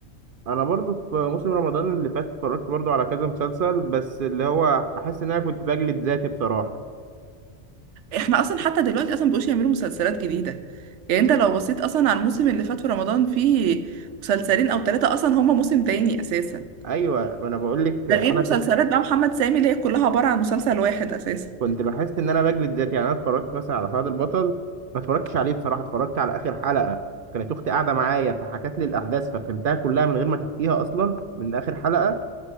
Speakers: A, on the right; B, on the right.
A: أنا برضو في موسم رمضان اللي فات اتفرجت برضو على كذا مسلسل بس اللي هو بحس إن أنا كنت بجلد ذاتي بصراحة
B: احنا اصلا حتى دلوقتي اصلا مبقوش يعملوا مسلسلات جديده يعني انت لو بصيت اصلا على الموسم اللي فات في رمضان فيه مسلسلين او ثلاثه اصلا هما موسم تاني اساسا
A: أيوة ما أنا بقول لك
B: ده
A: أنا
B: غير مسلسلات
A: كنت
B: بقى محمد سامي اللي هي كلها عباره عن مسلسل واحد اساسا
A: كنت بحس ان انا بجلد ذاتي يعني انا اتفرجت مثلا على فهد البطل ما اتفرجتش عليه بصراحه اتفرجت على اخر حلقه كانت اختي قاعده معايا فحكت لي الاحداث ففهمتها كلها من غير ما تحكيها اصلا من اخر حلقه